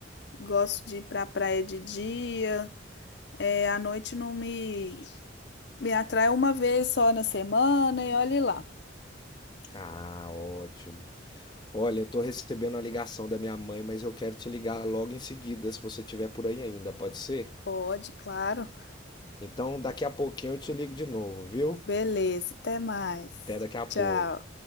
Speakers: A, on the left; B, on the left.
A: Gosto de ir pra praia de dia. É, à noite não me, me atrai uma vez só na semana e olhe lá.
B: Ah, ótimo. Olha, eu tô recebendo a ligação da minha mãe, mas eu quero te ligar logo em seguida, se você estiver por aí ainda, pode ser?
A: Pode, claro.
B: Então, daqui a pouquinho eu te ligo de novo, viu?
A: Beleza, até mais.
B: Até daqui a pouco.
A: Tchau.